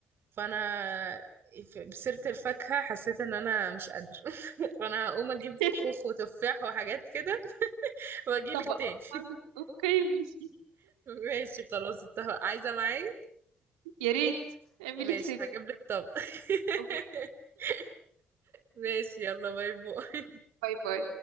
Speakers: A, on the right; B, on the right.
A: فانا ف- بسيره الفاكهه حسيت ان انا مش قادره <laughs> فانا هقوم اجيب
B: <laughs>
A: خوخ وتفاح وحاجات كده واجيلك
B: طبق
A: تاني
B: عامل-
A: <laughs>
B: اوكي ماشي
A: ماشي خلاص اتفق عايزه معايا
B: يا ريت اعملي
A: ماشي
B: حساب
A: هجيب
B: <laughs>
A: لك طبق <laughs>
B: اوكي
A: ماشي يلا باي باي
B: باي باي